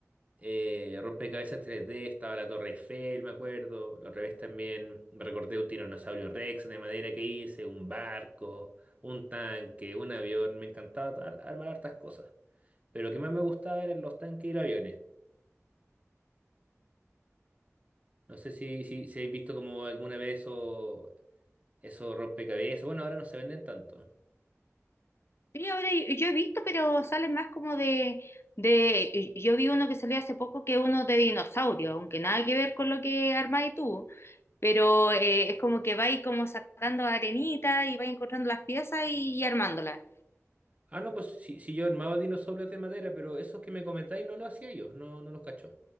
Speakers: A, on the right; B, on the left.
A: eh, rompecabezas 3D, estaba la Torre Eiffel, me acuerdo. La otra vez también me recordé un tiranosaurio Rex de madera que hice, un barco, un tanque, un avión, me encantaba ar- armar hartas cosas. Pero lo que más me gustaba eran los tanques y los aviones. No sé si, si, si habéis visto como alguna vez eso, eso rompecabezas. Bueno, ahora no se venden tanto.
B: Y ahora y- yo he visto, pero salen más como de, de, yo vi uno que salió hace poco que es uno de dinosaurio, aunque nada que ver con lo que armáis tú, pero eh, es como que vais como sacando arenita y vais encontrando las piezas y, y armándolas.
A: Ah, no, pues si, si yo armaba dinosaurios de madera, pero esos que me comentáis no lo hacía yo, no, no los cacho.